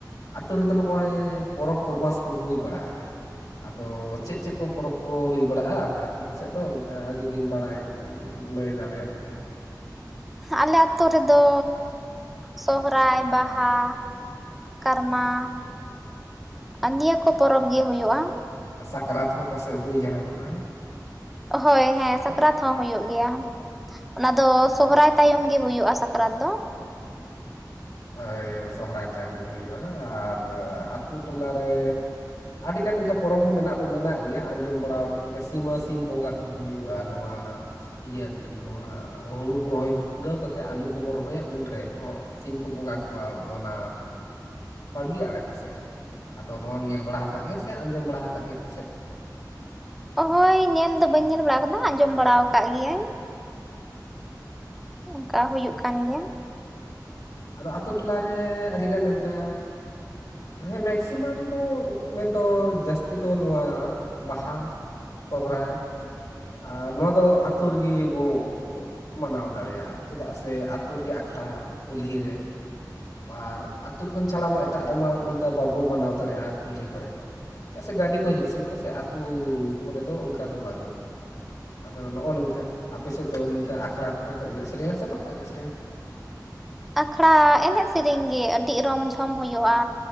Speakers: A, on the left; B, in the centre.
A: ᱟᱹᱛᱩᱳ ᱨᱮᱫᱚ ᱱᱚᱜᱼᱚᱭ ᱯᱚᱨᱚᱵᱽ ᱯᱚᱨᱵᱷᱟᱥ ᱠᱚ ᱦᱩᱭ ᱵᱟᱲᱟᱜᱼᱟ? ᱟᱫᱚ ᱪᱮᱫ ᱪᱮᱫ ᱠᱚ ᱯᱚᱨᱚᱵᱽ ᱠᱚ ᱦᱩᱭ ᱵᱟᱲᱟᱜᱼᱟ ᱟᱯᱮ ᱟᱛᱳ ᱠᱚ ᱥᱮᱫ ᱫᱚ ᱚᱱᱠᱟ ᱡᱩᱫᱤᱢ ᱵᱟᱲᱟᱭ? ᱠᱷᱢ <unintelligible> ᱞᱟᱹᱭ ᱫᱟᱲᱮᱭᱟᱜ ᱠᱮᱭᱟ᱾
B: ᱟᱞᱮᱛᱳ ᱨᱮᱫᱚ, ᱥᱚᱦᱚᱨᱟᱭ ᱵᱟᱦᱟ ᱠᱟᱨᱢᱟ, ᱱᱤᱭᱟᱹ ᱠᱚ ᱯᱚᱨᱚᱵᱽ ᱜᱮ ᱦᱩᱭᱩᱜᱼᱟ᱾᱾
A: ᱟᱨ ᱥᱟᱠᱨᱟᱛ ᱦᱚᱸ ᱯᱟᱥᱮᱡ ᱦᱩᱭ ᱡᱟᱦᱟᱱᱚᱜᱼᱟ?
B: ᱦᱳᱭ ᱦᱮᱸ ᱥᱟᱠᱨᱟᱛ ᱦᱚᱸ ᱦᱩᱭᱩᱜ ᱜᱮᱭᱟ᱾ ᱚᱱᱟ ᱫᱚ, ᱥᱚᱦᱨᱟᱭ ᱛᱟᱭᱚᱢ ᱜᱮ ᱦᱩᱭᱩᱜᱼᱟ ᱥᱟᱠᱨᱟᱛ ᱫᱚ᱾
A: ᱦᱳᱭ ᱥᱚᱦᱨᱟᱭ ᱛᱟᱭᱚᱢ ᱦᱩᱭᱩᱜ-ᱟ ᱟᱨ ᱟᱛᱳ ᱴᱚᱞᱟ ᱨᱮ᱾ ᱟᱹᱰᱤ ᱜᱟᱱ ᱮᱱᱠᱟ ᱯᱚᱨᱚᱵᱽ ᱦᱚᱸ ᱢᱮᱱᱟᱜ ᱫᱚ ᱢᱮᱱᱟᱜ ᱜᱮᱭᱟ ᱟᱸᱡᱚᱢ ᱵᱟᱲᱟᱣ ᱠᱟᱱ ᱜᱮᱭᱟ ᱥᱤᱢᱥ ᱾ ᱥᱤᱢ ᱵᱚᱸᱜᱟ ᱦᱚᱸ ᱦᱩᱭᱩᱜᱼᱟ ᱱᱚᱣᱟ ᱤᱭᱟᱹ ᱫᱤᱱ ᱱᱚᱣᱟ ᱦᱩᱲᱩ ᱨᱚᱦᱚᱭ ᱠᱩᱲᱟᱹᱣ ᱠᱟᱛᱮᱫ ᱟᱹᱞᱩ ᱠᱚᱵᱚᱱ ᱨᱚᱦᱚᱭᱟ ᱩᱱ ᱨᱮᱦᱚᱸ ᱥᱤᱢ ᱠᱚ ᱵᱚᱸᱜᱟ ᱠᱚᱣᱟ᱾ ᱚᱱᱟ ᱵᱟᱲᱜᱮᱟᱜᱲᱮ ᱯᱟᱥᱮᱡ ᱨᱮ ᱟᱫᱚ ᱱᱚᱣᱟᱢ ᱧᱮᱞ ᱵᱟᱲᱟ ᱟᱠᱟᱫ ᱜᱮᱭᱟ ᱥᱮ ᱟᱸᱡᱚᱢ ᱵᱟᱲᱟ ᱟᱠᱟᱫ ᱜᱮᱭᱟ ᱯᱟᱥᱮᱫ᱾
B: ᱚᱦᱭ ᱧᱮᱞ ᱫᱚ ᱵᱟᱹᱧ ᱧᱮᱞ ᱵᱟᱲᱟ ᱟᱠᱟᱫᱟ ᱟᱸᱡᱚᱢ ᱵᱟᱲᱟ ᱟᱠᱟᱫ ᱜᱮᱤᱭᱟᱹᱟᱹᱧ᱾ ᱚᱱᱠᱟ ᱦᱩᱭᱩᱜᱭ ᱠᱟᱱ ᱜᱮᱭᱟ᱾
A: ᱟᱫᱚ ᱟᱛᱳ ᱴᱚᱞᱟᱨᱮ ᱟᱹᱰᱤᱜᱟᱱ ᱚᱱᱠᱟ ᱦᱮᱸ ᱢᱮᱠᱥᱤᱢᱟᱢ ᱫᱚ ᱢᱮᱱᱫᱚ ᱡᱟᱹᱥᱛᱤ ᱫᱚ ᱱᱚᱣᱟ ᱵᱟᱦᱟ ᱥᱚᱦᱚᱨᱟᱭ, ᱟᱨ ᱱᱚᱣᱟ ᱫᱚ ᱟ ᱟᱹᱛᱩᱳ ᱨᱮᱜᱮ ᱵᱚ ᱢᱟᱱᱟᱣ ᱫᱟᱲᱮᱭᱟᱜᱼᱟ, ᱪᱮᱫᱟᱜ ᱥᱮ ᱟᱹᱛᱩᱳ ᱨᱮᱜᱮ ᱟᱠᱷᱲᱟ ᱠᱩᱞᱦᱤᱮ ᱟᱨ ᱟᱛᱳ ᱠᱷᱚᱱ ᱪᱷᱟᱲᱟ ᱢᱟ ᱮᱴᱟᱜ ᱨᱮᱢᱟ ᱚᱱᱠᱟ ᱵᱟᱵᱚ ᱢᱟᱱᱟᱣ ᱫᱟᱲᱮᱭᱟᱜᱼᱟ ᱠᱩᱞᱦᱤ ᱠᱚᱨᱮ ᱫᱚ᱾ ᱪᱮᱫᱟᱜ ᱥᱮ ᱜᱟᱹᱰᱤ ᱠᱚ ᱦᱤᱡᱩᱜ ᱥᱮᱱᱚᱜᱼᱟ ᱥᱮ ᱟᱹᱛᱩ ᱠᱚᱨᱮ ᱫᱚ ᱚᱱᱠᱟ ᱫᱚ ᱵᱟᱹᱱᱩᱜᱼᱟ᱾ ᱟᱫᱚ ᱱᱚᱜᱼᱚ ᱱᱚᱝᱠᱟ ᱟᱯᱮ ᱥᱮᱫ ᱫᱚ ᱱᱚᱝᱠᱟ ᱟᱠᱷᱲᱟ ᱠᱚᱨᱮ ᱠᱚ ᱮᱱᱮᱡ ᱥᱮᱨᱮᱧᱟ ᱥᱮ ᱵᱟᱠᱚ ᱮᱱᱮᱡ ᱥᱮᱨᱮᱧᱟ?
B: ᱟᱠᱷᱲᱟ ᱮᱱᱮᱡ ᱥᱮᱨᱮᱧ ᱜᱮ, ᱟᱹᱰᱤ ᱨᱚᱢ ᱡᱷᱚᱢ ᱦᱩᱭᱩᱜᱼᱟ